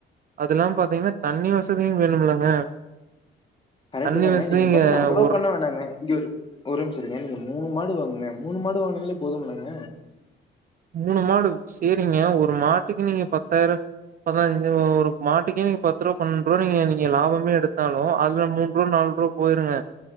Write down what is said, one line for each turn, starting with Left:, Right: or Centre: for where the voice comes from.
Right: அதுல்லாம் பாத்தீங்கன்னா தண்ணி வசதியும் வேணும்லங்க
Left: கரெக்ட்டு
Right: தண்ணி
Left: தாங்க
Right: வசதி
Left: நீங்க
Right: இங்க
Left: பாத்தீங்கன்னா அவ்ளோ
Right: ஒரு
Left: பண்ண வேணாங்க இங்க ஒரு ஒரு நிமிசம் இருங்க நீங்க மூணு மாடு வாங்குங்க மூணு மாடு வாங்குனாலே போதும்லங்க
Right: மூணு மாடு செரிங்க ஒரு மாட்டுக்கு நீங்க பத்தாயிரம் பதினஞ்சு ஒரு மாட்டுக்கே நீங்க பத்து ரூபா பன்னெண்டு ரூபா நீங்க நீங்க லாபமே எடுத்தாலும் அதுல மூண் ரூபா நாலு ரூபா போயிருங்க